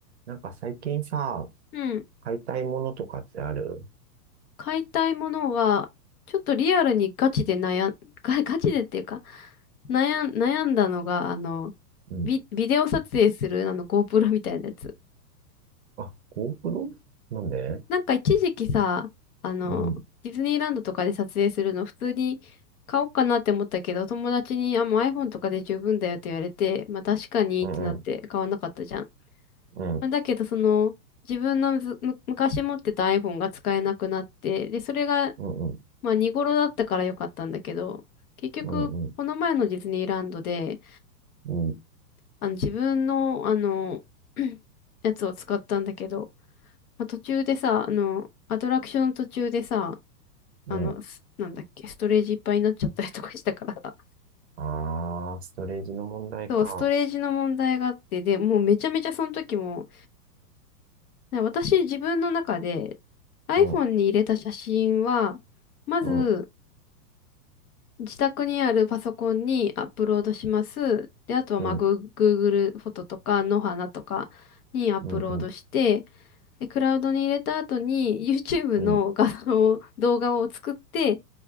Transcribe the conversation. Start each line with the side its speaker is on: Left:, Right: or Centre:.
Right: なんか最近さ、
Left: うん。
Right: 買いたいものとかってある
Left: 買いたいものは、ちょっとリアルにガチで悩ん、<laughs> ガ、ガチでっていうか、悩ん、悩んだのが、あの、
Right: うん。
Left: ビ、ビデオ撮影する、あの、GoPro みたいなやつ。
Right: あ、GoPro? なんで
Left: なんか一時期さ、あの、
Right: うん、
Left: ディズニーランドとかで撮影するの普通に買おうかなって思ったけど、友達に、あ、もう iPhone とかで十分だよって言われて、まあ確かにってなって買わなかったじゃん。
Right: うん、うん、うん、
Left: まあだけど、その、自分のずむ昔持ってた iPhone が使えなくなって、で、それが
Right: うん、
Left: まあ見頃だったから良かったんだけど、結局、
Right: うん、うん、
Left: この前のディズニーランドで、
Right: うん。
Left: あの自分の、あの、<clears throat> やつを使ったんだけど、まあ、途中でさ、あの、アトラクション途中でさ、
Right: うん
Left: あの、すなんだっけ、ストレージいっぱいになっちゃったりとかしたからさ。
Right: あー、ストレージの問題か。
Left: <laughs> そう、ストレージの問題があって、で、もうめちゃめちゃその時も、な私自分の中で iPhone
Right: うん、
Left: に入れた写真は、まず、
Right: うん、
Left: 自宅にあるパソコンにアップロードします。で、あとはまあ、
Right: うん、
Left: グー Google フォトとか、野花とかにアップロードして、
Right: うん、うん、
Left: で、クラウドに入れた後に YouTube
Right: うん、
Left: の画像を、動画を作って、